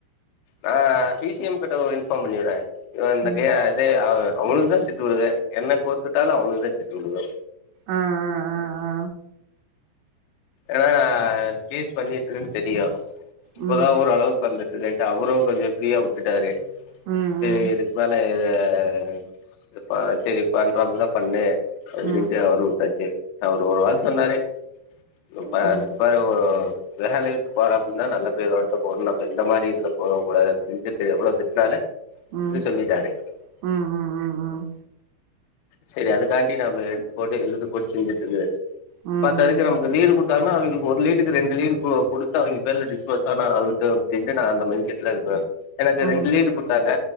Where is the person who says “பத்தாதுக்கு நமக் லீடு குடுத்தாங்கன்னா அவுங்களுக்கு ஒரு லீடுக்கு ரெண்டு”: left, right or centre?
Left